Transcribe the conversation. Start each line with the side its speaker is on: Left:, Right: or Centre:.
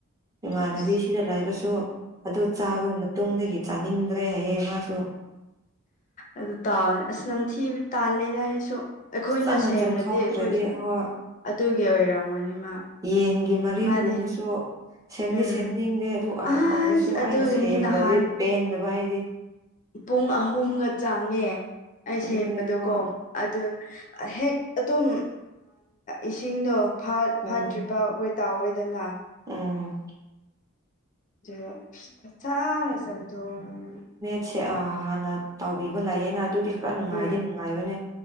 Right: ꯏꯃꯥꯟꯅꯕꯤꯁꯤꯗ
Left: ꯑꯁ
Right: ꯂꯩꯥꯛꯕꯁꯨ ꯑꯗꯨ ꯆꯥꯕꯒꯤ ꯃꯇꯨꯡꯗꯒꯤ ꯆꯥꯅꯤꯡꯗ꯭ꯔꯦ ꯍꯥꯏꯌꯦ ꯃꯥꯁꯨ
Left: ꯑꯗꯨ ꯇꯥꯎꯅꯤ ꯑꯁ ꯅꯝꯊꯤ ꯇꯥꯜꯂꯦꯗ ꯑꯩꯁꯨ ꯑꯩꯈꯣꯏꯅ
Right: ꯐꯖꯅ
Left: ꯁꯦꯝꯕꯗꯤ
Right: ꯆꯦꯡꯊꯣꯛꯇ꯭ꯔꯗꯤ
Left: ꯑꯩꯈꯣꯏꯁꯨ
Right: ꯍꯣꯏ
Left: ꯑꯗꯨꯒꯤ ꯑꯣꯏꯔꯝꯒꯅꯤ ꯃꯥ
Right: ꯌꯦꯟꯒꯤ ꯃꯔꯤꯟꯒꯨꯝꯕꯁꯨ
Left: ꯃꯥꯗꯤ
Right: ꯁꯦꯝꯗꯤ
Left: ꯎꯝ
Right: ꯁꯦꯝꯅꯤꯡꯗꯦ ꯑꯗꯨ ꯑꯣꯏꯔꯁꯨ
Left: ꯑꯁ ꯑꯗꯨꯒꯤꯅꯤ
Right: ꯑꯩꯅ ꯁꯦꯝꯗ꯭ꯔꯗꯤ
Left: ꯅꯍꯥꯟ
Right: ꯄꯦꯟꯗꯕ ꯑꯩꯗꯤ
Left: ꯄꯨꯡ ꯑꯍꯨꯝꯒ ꯆꯥꯡꯉꯦ ꯑꯩ
Right: ꯑꯗꯨꯅꯦ
Left: ꯁꯦꯝꯕꯗꯀꯣ
Right: ꯍꯣꯏ
Left: ꯑꯗꯨ ꯍꯦꯛ ꯑꯗꯨꯝ ꯏꯁꯤꯡꯗꯣ
Right: ꯎꯝ
Left: ꯐꯥꯠꯇ꯭ꯔꯤꯐꯥꯎ ꯍꯣꯏ ꯇꯥꯑꯣꯏꯗꯅ
Right: ꯎꯝ
Left: ꯑꯗꯨ ꯄꯁꯥ <inaudible>
Right: ꯁꯦ ꯍꯥꯟꯅ ꯇꯧꯕꯤꯕ ꯂꯩꯌꯦꯅ ꯑꯗꯨꯗꯤ ꯈꯔ ꯅꯨꯡꯉꯥꯏꯗꯤ
Left: ꯎꯝ
Right: ꯅꯨꯡꯉꯥꯏꯕꯅꯦ